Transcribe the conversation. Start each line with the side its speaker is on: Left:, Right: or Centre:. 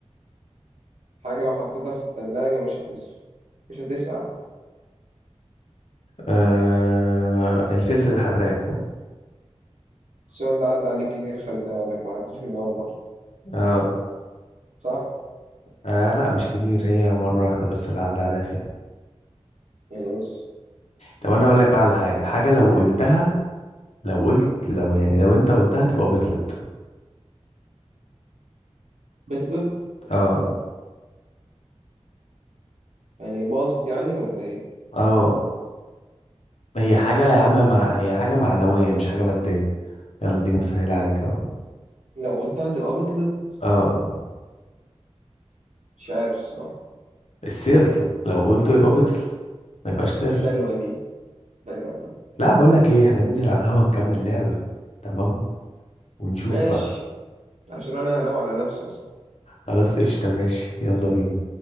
Right: حاجة لو حطيتها في التلاجة مش هتسخن مش هتسقع
Left: آه... الفلفل الحراق
Right: السؤال ده عدى عليك كتير خلي بالك معرفتوش من أول مرة
Left: اه
Right: صح؟
Left: آه لا مش كتير هي مرة واحدة بس اللي عدى عليها فيها
Right: يس.
Left: طب انا اقول لك بقى على حاجة حاجة لو قلتها لو قلت لو يعني لو انت قلتها تبقى بطلت
Right: بطلت
Left: اه
Right: يعني باظت يعني ولا ايه
Left: اه هي حاجة يا عم مع... هي حاجة معنوية مش حاجة مادية يلا ديني بسهل عليك اهو
Right: لو قلتها تبقى بطلت
Left: اه
Right: مش عارف الصراحة
Left: السر لو قلته يبقى بطل ما يبقاش سر
Right: حلوة دي حلوة دي
Left: لا بقول لك ايه احنا ننزل على القهوة نكمل لعبة تمام ونشوف
Right: ماشي
Left: بقى
Right: عشان انا هنام على نفسي اصلا
Left: خلاص قشطة ماشي يلا بينا